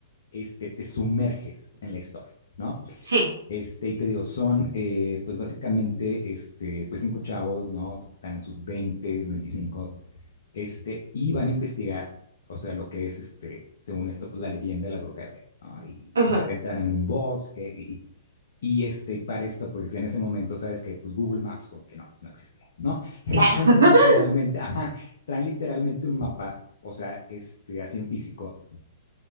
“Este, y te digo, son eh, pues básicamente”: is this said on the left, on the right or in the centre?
Left